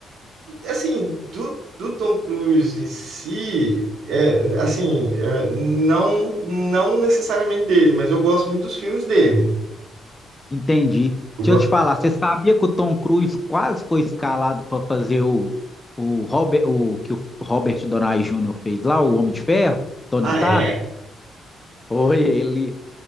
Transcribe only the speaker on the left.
Entendi.
Deixa
eu te falar, você sabia que o Tom Cruise quase foi escalado para fazer o, o, Robert, o que o Robert Downey Jr. fez lá, o Homem de Ferro? Tony
Stark?
Oi, ele.